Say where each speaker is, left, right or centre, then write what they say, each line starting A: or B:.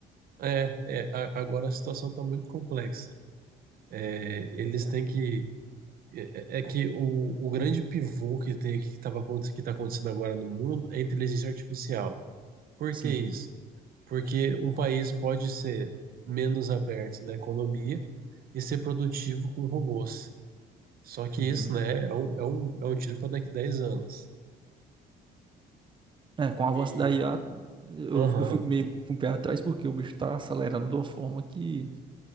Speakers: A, on the right; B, on the right.
A: É, é, a- agora a situação está muito complexa. É, eles têm que. É, é é que o, o grande pivô que tem que estava que está acontecendo agora no mundo é a inteligência artificial. Por
B: Sim.
A: que isso? Porque um país pode ser menos aberto na economia e ser produtivo com robôs. Só que
B: Uhum.
A: isso, né, é um, é um, é um tiro para daqui a 10 anos.
B: É, com o avanço
A: E.
B: da IA, eu,
A: Aham,
B: eu fico meio com o pé atrás, porque o bicho tá acelerando de uma forma que,